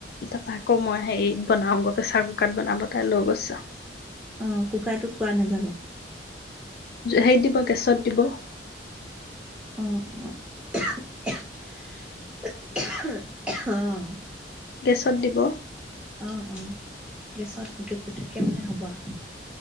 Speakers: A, on the left (about 55°); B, in the centre.
A: তাৰপা আকৌ মই হেৰিত বনাওঁ আকৌ প্ৰেছাৰ কুকাৰত বনাব তাই লৈ গৈছোঁ
B: অ, কুকাৰটো পোৱা নাযাব।
A: হেৰিত দিব গেছত দিব।
B: অ, অ, অ,।
A: পিছত দিব।
B: অ, অ, গেছত পুটোক পুটোকে মানে হ'ব আওঁ